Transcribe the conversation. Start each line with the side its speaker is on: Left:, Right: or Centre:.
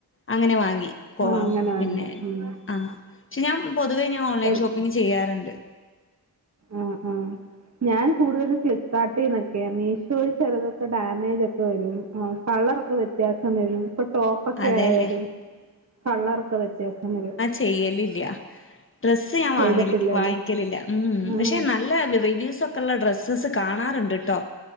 Left: അങ്ങനെവാങ്ങി കോ
Right: ആ അങ്ങനെ
Left: പിന്നെ
Right: വാങ്ങി ഉം.
Left: ആഹ് ഷെ ഞാൻ പൊതുവേ ഞാൻ ഓൺലൈൻ
Right: എൽ-
Left: ഷോപ്പിംഗ് ചെയ്യാറിണ്ട്
Right: ആഹ് ആഹ് ഞാൻ കൂട്തലും ഫ്ലിപ്പ് കാട്ടീന്ന ക്കേ മീഷോല് ചെലെതൊക്കെ ഡാമേജോക്കെ വരും ആഹ് കളറൊക്കെ വ്യത്യാസം വരും ഇപ്പൊ ടോ പൊക്കെ
Left: അതെല്ലേ
Right: ആയാലും കള്ളറൊക്കെ വ്യത്യാസവരും
Left: ചെയ്യലില്ല്യ ഡ്രസ്സ് ഞാൻ
Right: ചെയ്തിട്ടില്ലല്ലേ?
Left: വാങ്ങലി വാങ്ങിക്കലില്ല ഉം
Right: ആഹ്
Left: പഷെ നല്ല റിവ്യൂസോ ക്കെള്ള ഡ്രസ്സസ് കാണാറിണ്ട് ട്ടോ